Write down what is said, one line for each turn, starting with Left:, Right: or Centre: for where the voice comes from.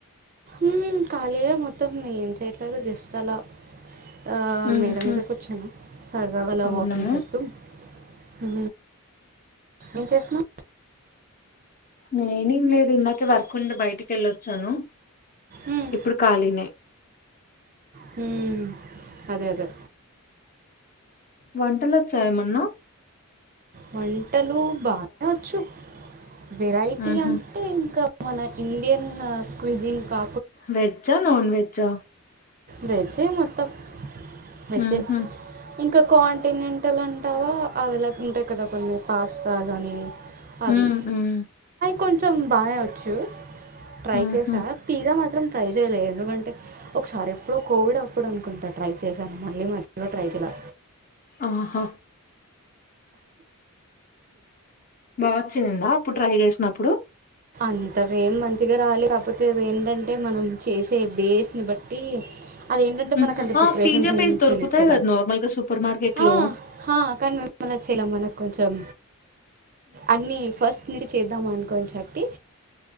Right: ఊ ఖాళీగే మొత్తం ఏం చేయట్లేదు జస్ట్ అలా ఆ
Left: ఉహు
Right: మేడ మీదకొచ్చాను సరదాగల
Left: అవునా
Right: వాకింగ్ చేస్తూ. హు ఏం చేస్తున్న
Left: నేనేం లేదు ఇందాకే వర్క్ ఉండి బయటికి వెళ్ళొచ్చాను
Right: మ్మ్.
Left: ఇప్పుడు ఖాళీనే
Right: హూ అదదే
Left: వంటలొచ్చ ఏమన్న
Right: వంటలు బానే వచ్చు వెరైటీ
Left: ఉహు
Right: అంటే ఇంక మన ఇండియన్ క్విజిన్ కా
Left: వెజా నాన్ వెజా
Right: దయచే మొత్తం వెజ్జే
Left: ఉహు
Right: ఇంకా కాంటినెంటల్ అంటావా అవిలా ఉంట కద కొన్ని పాస్తా గాని అవి
Left: ఉమ్ ఉమ్
Right: కొంచెం బానే వచ్చు ట్రై
Left: ఉహు
Right: చేసా పిజ్జా మాత్రం ట్రై చేయలే, ఎందుకంటే ఒకసారి ఎప్పుడో కోవిడ్ అప్పుడు అనుకుంట ట్రై చేశాను మళ్ళీ మధ్యలో ట్రై చేయలా.
Left: ఆహా బా వచ్చిందా అప్పుడు ట్రై చేసినప్పుడు?
Right: అంతగ ఏం మంచిగ రాలే. కాకపోతే అది ఏంటంటే మనం చేసే బేస్ని బట్టి అదేంటంటే
Left: మ్మ్.
Right: మనకు అంత ప్రిపరేషన్స్
Left: ఆ పిజ్జా బేస్
Right: ఏం
Left: దొరుకుతాయి
Right: తెలిద్ కద
Left: కదా నార్మల్ గా సూపర్ మార్కెట్
Right: ఆ
Left: లో
Right: హా కానీ మేములా చేలేం మన కొంచం అన్ని ఫస్ట్ నుంచి చేద్దాం అన్ కొన్ చెప్పి